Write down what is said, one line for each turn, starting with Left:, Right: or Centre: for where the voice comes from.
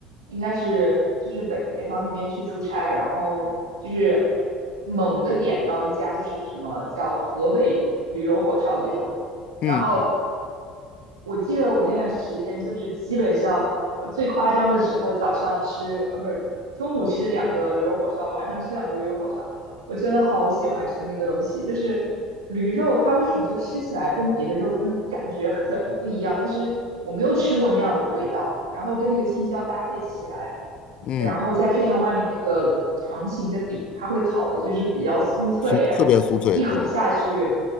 Right: 应该是就是北北方那边去出差，然后就是猛地点到一家就是什么叫河北驴肉火烧这种，然后
Left: 嗯
Right: 我记得我那段时间就是基本上呃最夸张的时候，早上吃呃不是中午吃两个驴肉火烧，晚上吃两个驴肉火烧。我真的好喜欢吃那个东西，就是驴肉，它为什么就吃起来跟别的肉真的感觉很不一样？就是我没有吃过那样的味道，然后跟那个青椒搭配起来，
Left: 嗯，
Right: 然后再配上外面那个长形的饼，它会烤的就是比较酥脆，
Left: 酥特别酥脆，
Right: 然后一口下去，
Left: 对。